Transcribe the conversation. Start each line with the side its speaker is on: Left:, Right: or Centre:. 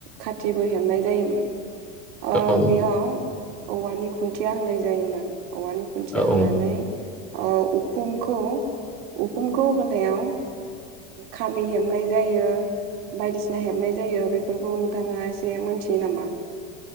Right: खाथिबो हेबनाय जायोमोन ओ
Centre: औ
Right: बेयाव औवानि खुन्थिया होनाय जायोमोन औवानि खुन्थिया
Centre: औ
Right: होनानै
Centre: औ
Right: उखुमखौ उखुमखौ होनायाव खामि हेबनाय जायो बायदिसिना हेबनाय जायो बेफोरखौ नोंथाङा मोनथियो नामा